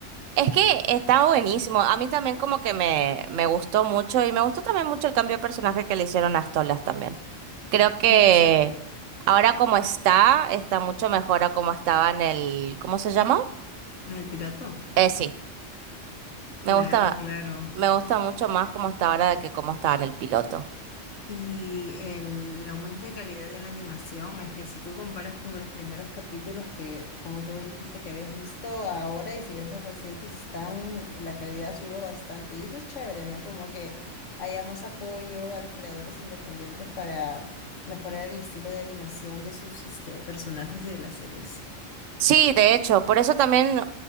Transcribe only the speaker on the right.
Es que está buenísimo. A mí también como que me, me gustó mucho y me gustó también mucho el cambio de personaje que le hicieron a Stolas también. Creo que
ahora como está, está mucho mejor a como estaba en el... ¿Cómo se llama?
Eh, sí, me
gusta,
me gusta mucho más como está ahora de que como estaba en el piloto.
Sí, de hecho, por eso también,